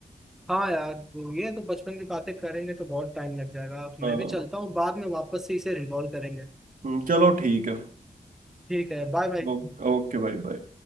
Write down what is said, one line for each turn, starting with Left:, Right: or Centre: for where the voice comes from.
Centre: हाँ यार वो ये तो बचपन की बातें करेंगे तो बहुत टाइम लग जाएगा
Right: हाँ
Centre: मैं भी चलता हूँ बाद में वापस से इसे रिकॉल करेंगे
Right: हम्म, चलो ठीक है
Centre: ठीक है बाय बाय
Right: ओ- ओके भाई बाय